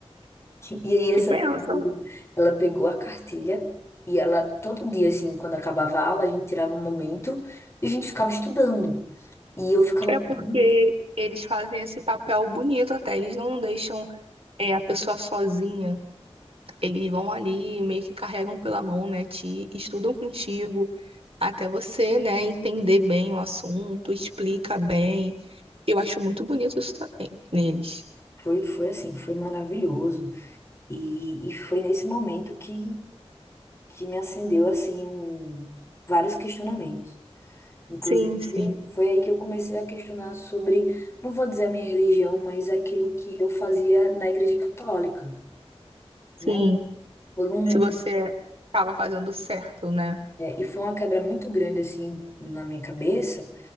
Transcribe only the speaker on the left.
E aí
essa
minha amiga, ela pegou a cartilha e ela todo dia assim, quando acabava a aula, a gente tirava um momento e a gente ficava estudando. E eu ficava
perguntando.
foi foi assim, foi maravilhoso. E, e foi nesse momento que que me acendeu assim um- vários questionamentos. Inclusive,
foi aí que eu comecei a questionar sobre, não vou dizer a minha religião, mas aquilo que eu fazia na igreja católica,
né? Por um
É, e foi uma quebra muito grande, assim, na minha cabeça,